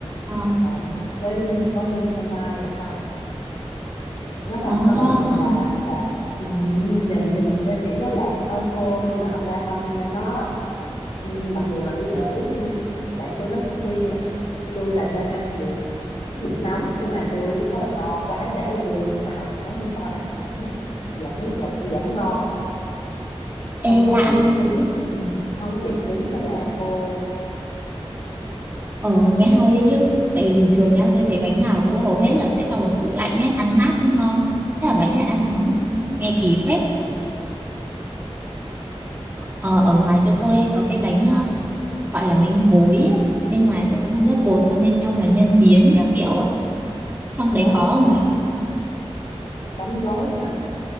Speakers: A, on the right (about 20°); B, on the left (about 70°).
A: À,
B: rồi với có nhân phô mai ở trong rất là
A: à,
B: thơm và và ừ, nhìn thì mình sẽ nghĩ nó là hơi khô nhưng mà thật ra không nha nó ừ, mặc dù là tôi để ừ, bạn tôi nó khuyên là tôi là nên ăn liền lúc nóng nhưng mà tôi lúc đó là no quá để qua đêm nhưng mà sáng hôm sau ăn vẫn vẫn vẫn vẫn ngon không
A: ê
B: có
A: lạ
B: bị
A: ha.
B: cứng ừ, không có bị cứng hay là khô
A: Ờ, nghe hay đấy chứ. Tại vì bình thường nhá, tôi thấy bánh nào cũng hầu hết là sẽ cho vào tủ lạnh ấy, ăn mát mới ngon. Thế là bánh lại ăn nóng, nghe kỳ phết. Ờ, ở ngoài chỗ tôi hay có cái bánh ờ, gọi là bánh gối ấy. Bên ngoài sẽ có một lớp bột, xong bên trong là nhân miến các kiểu ấy. Trong đấy
B: Ờ.
A: có mà.
B: bánh gói hả